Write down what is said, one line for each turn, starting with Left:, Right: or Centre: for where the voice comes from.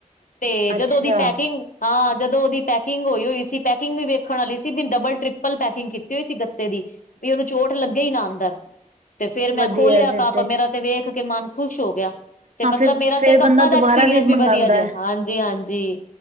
Left: ਤੇ
Right: ਅੱਛਾ
Left: ਜਦੋਂ ਉਹਦੀ ਪੈਕਿੰਗ ਹਾਂ ਜਦੋਂ ਉਹਦੀ ਪੈਕਿੰਗ ਹੋਈ ਹੋਈ ਸੀ ਪੈਕਿੰਗ ਵੀ ਵੇਖਣ ਵਾਲੀ ਸੀ ਵੀ ਡਬਲ ਟ੍ਰਿਪਲ ਪੈਕਿੰਗ ਕੀਤੀ ਹੋਈ ਸੀ ਗੱਤੇ ਦੀ। ਵੀ ਉਹਨੂੰ ਚੋਟ ਲੱਗੇ ਹੀ ਨਾ ਅੰਦਰ, ਤੇ ਫੇਰ ਮੈਂ
Right: ਵਧੀਆ
Left: ਖੋ ਲਿਆ
Right: ਫਿਰ
Left: ਕੱਪ ਮੇਰਾ ਤੇ ਵੇਖ ਕੇ ਮਨ ਖੁਸ਼ ਹੋ ਗਿਆ, ਤੇ
Right: ਹਾਂ
Left: ਮਤਲਬ
Right: ਫਿਰ
Left: ਮੇਰਾ
Right: ਫੇਰ
Left: ਤੇ ਕੱਪਾ
Right: ਬੰਦਾ
Left: ਦਾ
Right: ਦੁਬਾਰਾ
Left: ਐਕਸਪੀਰੀਅੰਸ ਵੀ
Right: ਮੰਗਾਂਦਾ
Left: ਵਧੀਆ ਗਿਆ
Right: ਐ।
Left: ਹਾਂਜੀ-ਹਾਂਜੀ। ਜੀ,